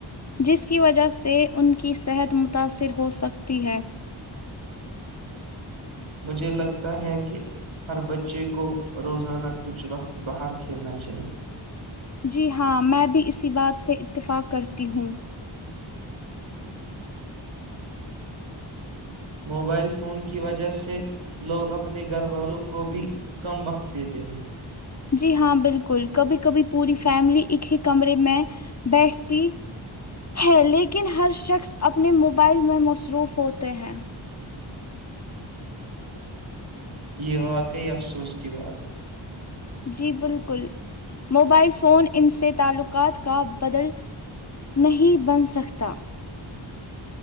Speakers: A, on the left; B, on the right.
A: جس کی وجہ سے ان کی صحت متاثر ہو سکتی ہے
B: مجھے لگتا ہے کہ ہر بچے کو روزانہ کچھ وقت باہر کھیلنا چاہیے
A: جی ہاں میں بھی اسی بات سے اتفاق کرتی ہوں
B: موبائل فون کی وجہ سے لوگ اپنے گھر والوں کو بھی کم وقت دیتے ہیں
A: جی ہاں بالکل کبھی کبھی پوری فیملی ایک ہی کمرے میں بیٹھ ہے لیکن ہر شخص اپنے موبائل میں مصروف ہوتے ہیں
B: یہ واقعی افسوس کی بات ہے
A: جی بالکل موبائل فون ان سے تعلقات کا بدل نہیں بن سکتا